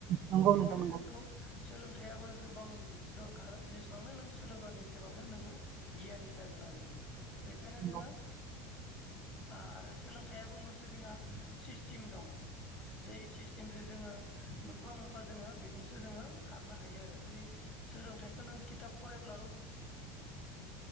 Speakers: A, on the right (about 40°); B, on the left (about 25°).
A: नंगौ
B: बेखायनो
A: नोंथां नंगौ
B: जोंखौ सोलों थायाबो गोबां दरखार जेसेबांनो नों सोलोंगोन एसेबांनो नोङो गियानि जागोन आरो। बेखायनो
A: नंगौ
B: जोङो आरो सोलोंथाइयाबो मोनसे जोंहा सिस्टेम दं। जे सिस्टेमजों जोङो मोनफा मोनफा जोङो बेजोंसो जोङो खारनो हायो। आरो जेरै सोलोंथाइखौ नों खिथाब फरायब्ला